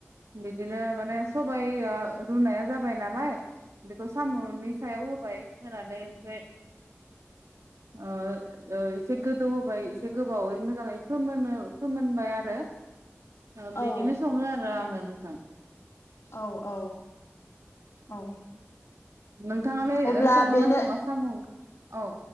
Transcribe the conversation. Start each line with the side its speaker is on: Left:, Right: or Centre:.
Right: बिदिनो माने सबाइआ रुनाया जाबाय नालाय बेखौ साम'नि सायाव होबाय होनानै ओमफाय ओ एसे गोदौ होबाय से गोबावै मोजाङै फोमोननो फोमोनबाय आरो
Left: औ
Right: ओ बिदिनो सङो आरो आङो नोथां
Left: औ औ औ
Right: नोंथाङालाय
Left: अब्ला
Right: संङोना
Left: बेनो
Right: सङा सामु औ